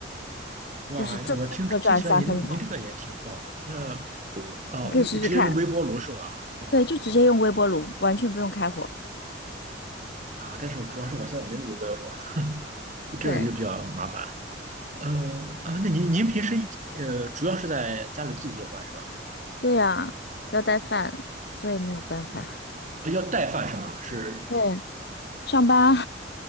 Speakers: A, on the right; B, on the left.
A: 哇，
B: 就是正反各转三分钟，
A: 我听听起来您您这个也挺棒的。那我啊，
B: 你可以试试看。
A: 用直接用微波炉是吧？哦
B: 对，就直接用微波炉，完全不用开火。
A: 啊，但是我主要是我现在没有微波炉，这个就比较麻烦。
B: 对。
A: 呃啊，那您您平时呃主要是在家里自己做饭是吧？
B: 对呀，要带饭，所以没有办法。
A: 啊要带饭是吗？是
B: 对，上班